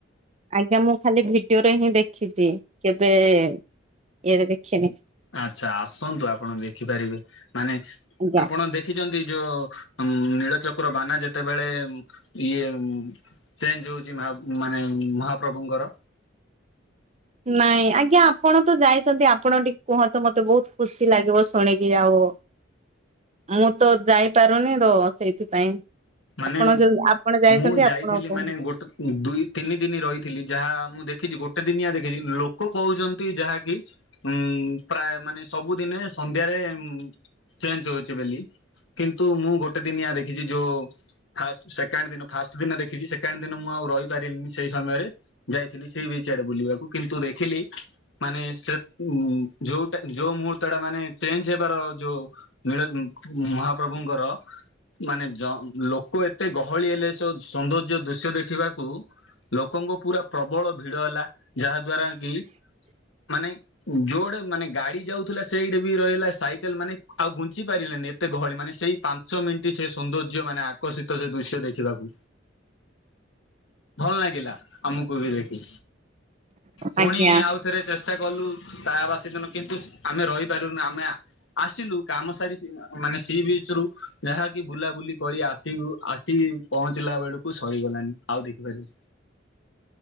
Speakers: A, on the right; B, on the left.
A: ଆଜ୍ଞା ମୁଁ ଖାଲି ଭିଡିଓରେ ହିଁ ଦେଖିଚି କେବେ ଇଏରେ ଦେଖିନି।
B: ଆଚ୍ଛା ଆସନ୍ତୁ ଆପଣ ଦେଖିପାରିବେ ମାନେ
A: ଆଜ୍ଞା।
B: ଆପଣ ଦେଖିଛନ୍ତି ଯୋଉ- ଉଁ ନୀଳଚକ୍ର ବାନା ଯେ- ଯେତେବେଳେ ଇଏ ଚେଞ୍ଜ ହଉଛି ମାନେ ମହାପ୍ରଭୁଙ୍କର
A: ନାଇଁ ଆଜ୍ଞା ଆପଣ ତ ଯାଇଚନ୍ତି ଆପଣ ଟିକେ କୁହନ୍ତୁ ମତେ ବହୁତ ଖୁସି ଲାଗିବ ଶୁଣିକି ଆଉ। ମୁଁ ତ ଯାଇପାରୁନି ତ ସେଇଥିପାଇଁ
B: ମାନେ
A: ଆପଣ
B: ମୁ
A: ଯୋଉ ଆପଣ ଯାଇଛନ୍ତି
B: ମୁଁ ଯାଇଥିଲି
A: ଆପଣ କୁହନ୍ତୁ
B: ମାନେ ଗୋଟେ ଦୁଇ ତିନି ଦିନି ରହିଥିଲି ଯାହା ମୁଁ ଦେଖିଚି ଗୋଟେ ଦିନିଆ ଦେଖିଛି ଲୋକ କହୁଛନ୍ତି ଯାହାକି ଉଁ ପ୍ରାୟ ମାନେ ସବୁଦିନେ ସନ୍ଧ୍ୟାରେ ଚେଞ୍ଜ ହଉଚି ବେଲି। କିନ୍ତୁ ମୁଁ ଗୋଟେ ଦିନିଆ ଦେଖିଚି ଯୋଉ ଫାଷ୍ଟ ସେକେଣ୍ଡ ଦିନ ଫାଷ୍ଟ ଦିନ ଦେଖିଚି ସେକେଣ୍ଡ ଦିନ ମୁଁ ଆଉ ରହିପାରିଲିନି ସେଇ ସମୟରେ। ଯାଇଥିଲି ସି ବିଚ ଆଡେକୁ ବୁଲିବାକୁ କିନ୍ତୁ ଦେଖିଲି ମାନେ ସେ ଯୋଉଟା ଯୋଉ ମୁହୂର୍ତ୍ତ ଟା ମାନେ ଚେଞ୍ଜ ହେବାର ଯୋଉ ନୀଳ ମହାପ୍ରଭୁଙ୍କର ମାନେ ଜ ଲୋକ ଏତେ ଗହଳି ହେଲେ ସୋ ସୌନ୍ଦର୍ଯ୍ୟ ଦୃଶ୍ୟ ଦେଖିବାକୁ। ଲୋକଙ୍କୁ ପୁରା ପ୍ରବଳ ଭିଡ଼ ହେଲା ଯାହା ଦ୍ଵାରା କି ମାନେ ଯୋଉଆଡ଼େ ମାନେ ଗାଡ଼ି ଯାଉଥିଲା ସେଇଟେ ବି ରହିଗଲା ସାଇକେଲ ମାନେ ଆଉ ଘୁଞ୍ଚି ପାରିଲାନି ଏ ତେ ଗହଳି ମାନେ ସେଇ ପାଞ୍ଚ ମିନିଟ୍ ସେ ସୌନ୍ଦର୍ଯ୍ୟ ମାନେ ଆକର୍ଷିତ ସେ ଦୃଶ୍ୟ ଦେଖିବାକୁ। ଭଲ ନାଗିଲା ଆମକୁ ବି ଦେଖି ପୁଣି
A: ଆଜ୍ଞା
B: ଆଉ ଥରେ ଚେଷ୍ଟା କଲୁ ତାବାସୀ ଦିନ କିନ୍ତୁ ଆମେ ରହିପାରିଲୁନି ଆମେ ଆ ଆସିଲୁ କାମ ସାରିଚି ଉଁ ମାନେ ସି ବିଚ ରୁ ଯାହାକି ବୁଲାବୁଲି କରି ଆସିଲୁ ଆସି ପହଞ୍ଚିଲା ବେଳକୁ ସରିଗଲାଣିି ଆଉ ଦେଖିପାରି